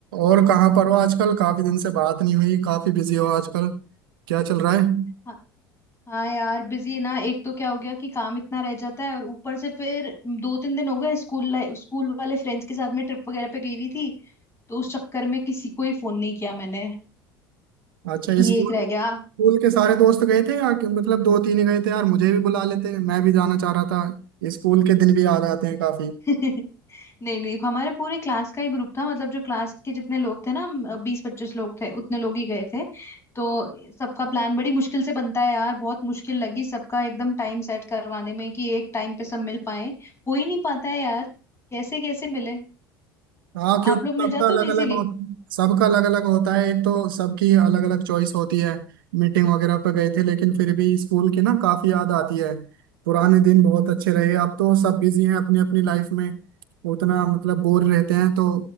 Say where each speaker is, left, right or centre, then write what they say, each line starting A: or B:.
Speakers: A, on the right; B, on the left.
A: और कहाँ पर हो आजकल काफी दिन से बात नहीं हुई काफी बिजी हो आजकल क्या चल रहा है
B: हाँ हाँ यार बिजी ना एक तो क्या हो गया कि काम इतना रह जाता है और ऊपर से फिर दो तीन दिन हो गए स्कूल लाइफ स्कूल वाले फ्रेंड्स के साथ में ट्रिप वगैरह पे गई हुई थी तो उस चक्कर में किसी को ही फोन नहीं किया मैंने
A: अच्छा
B: ये
A: स्कूल
B: एक रह
A: स्कूल
B: गया
A: के सारे दोस्त गए थे या कि- मतलब दो तीन ही गए थे यार मुझे भी बुला लेते मैं भी जाना चाह रहा था स्कूल के दिन भी याद आते हैं काफी
B: <laughs> नहीं नहीं हमारे पूरे क्लास का ही ग्रुप था मतलब जो क्लास के जितने लोग थे ना बीस पच्चीस लोग थे उतने लोग ही गए थे तो सबका प्लान बड़ी मुश्किल से बनता है यार बहुत मुश्किल लगी सबका एकदम टाइम सेट करवाने में कि एक टाइम पे सब मिल पाए हो ही नहीं पाता है यार कैसे कैसे मिले
A: हाँ क्योंकि
B: आप लोग मिल
A: सबका
B: जाते
A: अलग
B: हो इजीली
A: अलग हो सबका अलग अलग होता है एक तो सबकी अलग अलग चॉइस होती है मीटिंग वगैरह पे गए थे लेकिन फिर भी स्कूल की ना काफी याद आती है पुराने दिन बहुत अच्छे रहे अब तो सब बिजी हैं अपनी अपनी लाइफ में उतना मतलब बोर रहते हैं तो